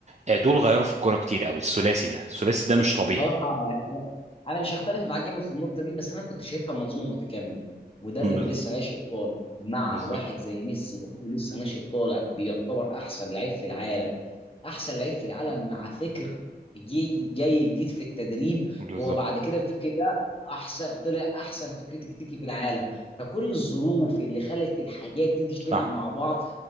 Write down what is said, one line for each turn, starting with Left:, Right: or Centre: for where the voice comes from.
Right: آه، دول غيروا في الكورة كتير قوي الثلاثي ده الثلاثي ده مش طبيعي
Left: بصراحة يعني أنا مش هختلف معاك جامد في النقطة دي بس أنا كنت شايفها منظومة متكاملة مدرب
Right: بالظبط
Left: لسه ناشئ طالع مع
Right: بالظبط
Left: واحد زي ميسي برضه لسه ناشئ طالع بيعتبر أحسن لعيب في العالم احسن لعيب في العالم مع فكر جي جاي جديد في التدريب
Right: بالظبط
Left: هو بعد كده الفكر ده احسن طلع احسن فكر تكتيكي في العالم فكل الظروف اللي خلت الحاجات دي تجتمع
Right: صح
Left: مع بعض